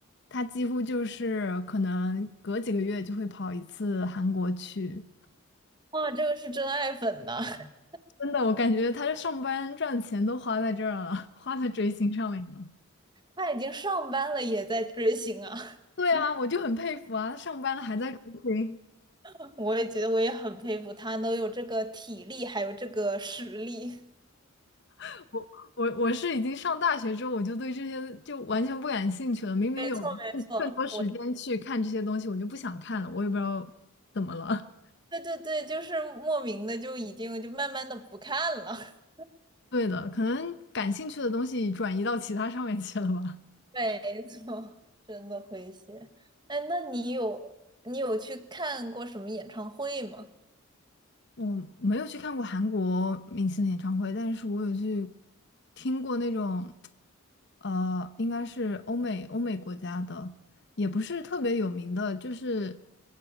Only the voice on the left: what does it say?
他几乎就是可能隔几个月就会跑一次韩国去。
真的，我感觉他这上班赚钱都花在这儿了，花在追星上面了。
对啊，我就很佩服啊，他上班了还在追星。
<laughs> 我我我是已经上大学之后，我就对这些就完全不感兴趣了。明明有
更多时间去看这些东西，我就不想看了。我也不知道怎么了。
<laughs> 对的，可能感兴趣的东西转移到其他上面去了吧。
我没有去看过韩国明星的演唱会，但是我有去听过那种，呃，应该是欧美欧美国家的，也不是特别有名的，就是